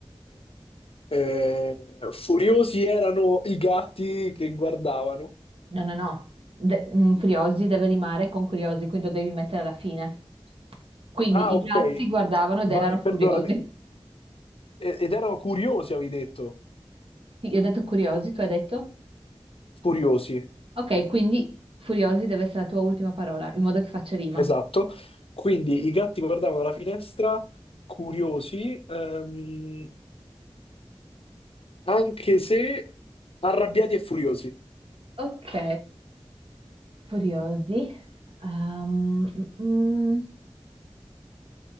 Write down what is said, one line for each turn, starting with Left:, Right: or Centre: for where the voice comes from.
Left: Eh, furiosi erano i gatti che guardavano.
Right: No, no, no. De- mm, furiosi deve rimare con curiosi, quindi lo devi mettere alla fine. Quindi
Left: Ah,
Right: i
Left: ok.
Right: gatti guardavano ed
Left: Vai,
Right: erano furiosi.
Left: perdonami. E- Ed erano curiosi, avevi detto.
Right: Sì, io ho detto curiosi, tu hai detto?
Left: Furiosi,
Right: Ok, quindi furiosi deve essere la tua ultima parola, in modo che faccia rima.
Left: esatto. Quindi i gatti guardavano dalla finestra, curiosi, ehm, anche se arrabbiati e furiosi.
Right: Ok, furiosi. Ehm, mm, mm.